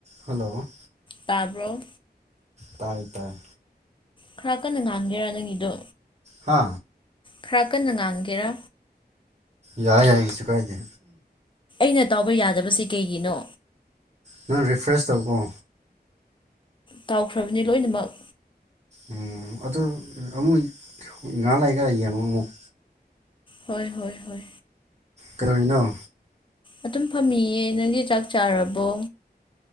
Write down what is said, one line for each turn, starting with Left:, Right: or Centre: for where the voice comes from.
Right: hello
Left: ꯇꯥꯔꯕ
Right: ꯇꯥꯏꯇꯔ
Left: ꯈꯔ ꯀꯟꯅ ꯉꯥꯡꯒꯦꯔꯥ ꯅꯪꯒꯤꯗꯣ
Right: ꯍꯥ
Left: ꯈꯔ ꯀꯟꯅ ꯉꯥꯟꯒꯦꯔꯥ
Right: ꯌꯥꯏ ꯌꯥꯏ ꯀꯩꯁꯨ ꯀꯥꯏꯗ
Left: ꯑꯩꯅ ꯇꯥꯎꯕ ꯌꯥꯗꯕꯁꯤ ꯀꯩꯒꯤꯅꯣ
Right: ꯅꯪ ꯔꯤꯐ꯭ꯔꯦꯁ ꯇꯧꯀꯣ
Left: ꯇꯥꯎꯈ꯭ꯔꯕꯅꯤ ꯂꯣꯏꯅꯃꯛ
Right: ꯎꯝ ꯑꯗ ꯑꯃꯨ ꯉꯥ ꯂꯩꯒ ꯂꯩꯒ ꯑꯃ ꯑꯃꯨꯛ
Left: ꯍꯣꯏ ꯍꯣꯏ ꯍꯣꯏ
Right: ꯀꯔꯅꯣ
Left: ꯑꯗꯨꯝ ꯐꯝꯃꯤꯌꯦ ꯅꯪꯒꯤ ꯆꯥꯛ ꯆꯥꯔꯕꯣ